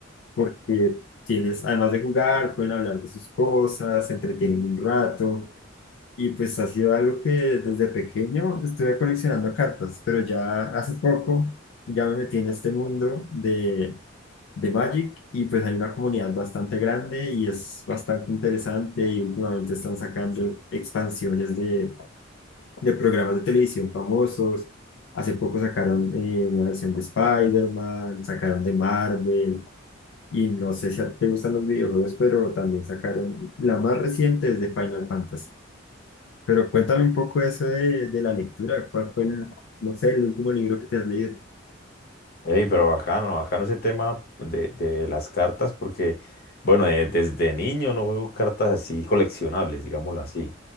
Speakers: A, on the left; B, on the left.
A: porque tienes, además de jugar, pueden hablar de sus cosas, se entretienen un rato. Y pues ha sido algo que desde pequeño estuve coleccionando cartas, pero ya hace poco ya me metí en este mundo de, de Magic y pues hay una comunidad bastante grande y es bastante interesante y últimamente están sacando expansiones de, de programas de televisión famosos. Hace poco sacaron eh, una versión de Spider-Man, sacaron de Marvel, y no sé si a ti te gustan los videojuegos, pero también sacaron la más reciente es de Final Fantasy. Pero cuéntame un poco eso de, de la lectura. ¿Cuál fue el, no sé, el último libro que te has leído?
B: Ey, pero bacano, bacano ese tema de, de las cartas, porque, bueno, eh, desde niño no juego cartas así coleccionables, digámoslo así.